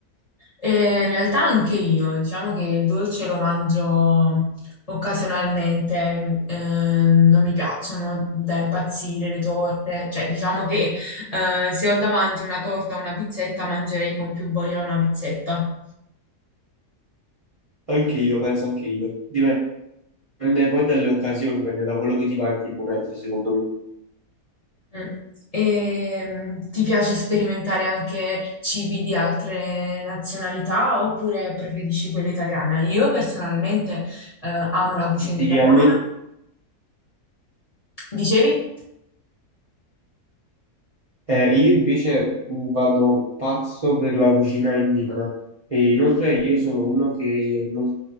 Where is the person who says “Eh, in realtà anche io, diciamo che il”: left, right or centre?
Left